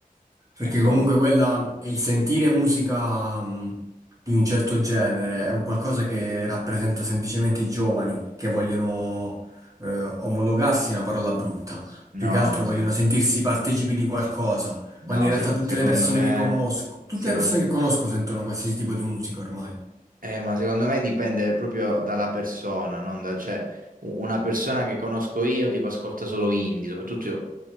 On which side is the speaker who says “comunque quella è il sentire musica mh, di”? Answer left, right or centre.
Right